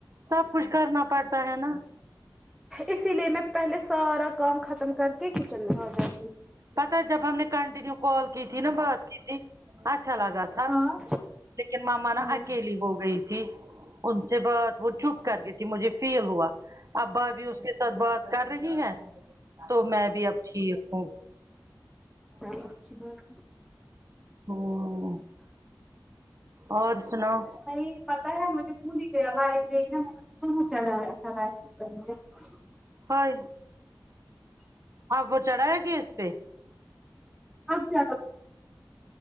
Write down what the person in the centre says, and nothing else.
اسی لیے میں پہلے سارا کام ختم کر کے کچن میں آ جاتی ہوں
ہاں
ہاں
چلو اچھی بات ہے
نہیں پتا ہے مجھے بھول ہی گئی <unintelligible> آواز د ن میں کہاں چلاایا تھا راجپت میں <unintelligible>
آپ کیا